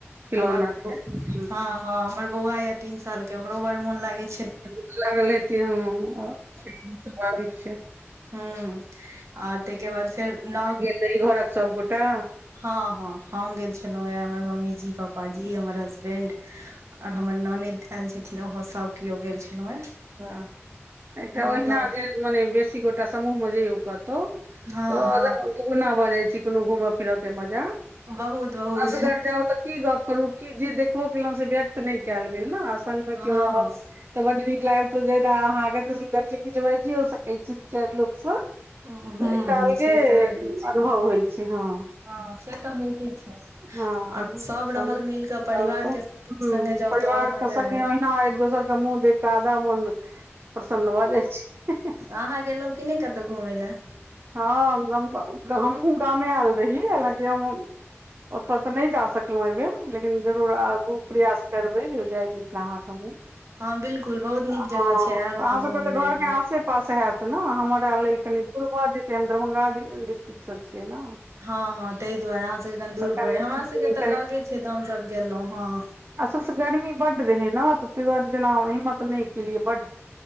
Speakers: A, on the right; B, on the right.
A: खिलौना
B: हमर
A: के
B: पु
A: हूँ
B: हँ हँ हमर बौआ या तीन साल के ओकरो बड़ मोन लागे छै
A: <unintelligible> स्वभाविक छै
B: हूं आर ताहिके बाद फेर नौ
A: सेइ घरक सब गोटा
B: हँ हँ, हम गेल छलहुँ। ऐ हमर मम्मी जी, पापााजी, हमर हसबैंड आओर हमर ननद आयल छथिन ओहो सभ केओ गेल छलहु हे
A: ह, एकटा
B: घुमलहुँ
A: ओहिना जे मने बेसी गोटा समूहमे जये कत तऽ
B: हँ हँ
A: तऽ अ दुगुना भऽ जाय छी कोनो घूमय फिरऽ के मजा
B: बहुत बहुत
A: असघर जाउ तऽ की गप करू, कि जे देखबो केलों से ब नहि कयल गेल ने, संग मे केओ
B: हँ
A: रहल तऽ बड नीक लागल त जे ह तऽ सुन्दर चकी ज बजी हो सकै छी त लोक स
B: हूँ
A: तऽ एकटा
B: हूँ
A: अलगे
B: से तऽ होइते छै
A: अनुभव होइ छै हँ
B: हँ से त होइते छै
A: हँ
B: आओर
A: हँ,
B: सभ
A: संगे
B: रहल मिल कऽ
A: जाउ
B: परिवार
A: तऽ।
B: के
A: हूं,
B: संगे जाउ
A: परिवार
B: तऽ आओर मजा
A: के संगे
B: आयल
A: ओहिना एक दोसर मुह देक आदा मन प्रसन्न भ जै छै। हं हं
B: तऽ अहाँ गेलहुँं कि नहि कतहु घुमय लए?
A: हाँ हम हम हमहूँ गामे आयल रही हँलकि हम, हम ओतऽ तऽ नहि जा सकलहुँ एहि बेर लेकिन जरूर आगू प्रयास करबै जे जाय मिथिला हाठ हमु
B: हँ बिल्कुल बहुत
A: हँ
B: नीक जगह छै आयब
A: अहाँ
B: घूमय
A: सबके तऽ
B: लए
A: घरके
B: एक बेर
A: आसे पास हैत ने, हमरा लेल कनि दूर ब हँ जे द दरभंगा डि डिस्ट्रिक्ट स छियै ने
B: हँ हँ, ताहि दुआरे। अहाँ सभके कनी दूर
A: तऽ कनि
B: पड़ै, हमरा सभके तऽ लगे छै तऽ हमसभ गेलहुँ, हँ
A: असलस गर्मी बढ़ रहे ने तऽ ती दुआरे हिम्मत नहि कलए बड